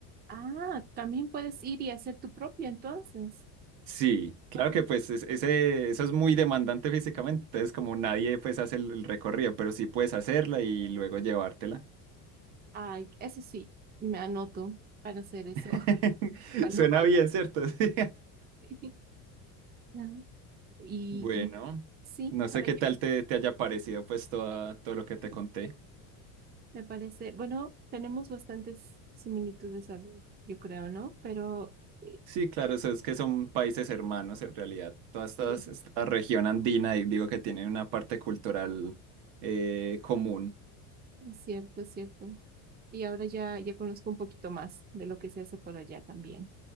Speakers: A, on the right; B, on the right.
A: Ah, también puedes ir y hacer tu propia entonces.
B: Sí, claro
A: Ah,
B: que pues es- ese, eso es muy demandante físicamente, entonces como nadie pues hace el el recorrido, pero sí puedes hacerla y luego llevártela.
A: Ay, eso sí, me anoto para hacer eso <laughs>
B: <laughs>
A: cuando
B: Suena
A: vaya.
B: bien, ¿cierto? <laughs> Sí.
A: <laughs> Sí. Y,
B: Bueno,
A: y bueno, sí,
B: no sé
A: ahora
B: qué
A: ya
B: tal te, te haya parecido pues toda- todo lo que te conté.
A: me parece, bueno, tenemos bastantes similitudes, Abby, yo creo, ¿no? Pero eh,
B: Sí, claro,
A: eh,
B: eso es que son países hermanos en realidad. Toda
A: sí,
B: esta, esta región andina, y digo que tiene una parte cultural eh, común.
A: es cierto, es cierto. Y ahora ya, ya conozco un poquito más de lo que se hace por allá también.